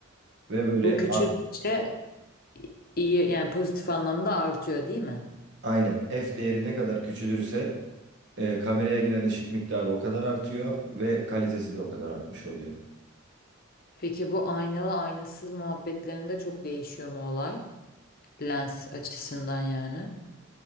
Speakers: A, on the right; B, on the left.
A: Ve böyle
B: Bu küçüldükçe iyi yani pozitif anlamda artıyor değil mi?
A: Aynen f değeri ne kadar küçülürse e, kameraya giren ışık miktarı o kadar artıyor ve kalitesi de o kadar artmış oluyor.
B: Peki bu aynalı aynasız muhabbetlerinde çok değişiyor mu olay? Lens açısından yani.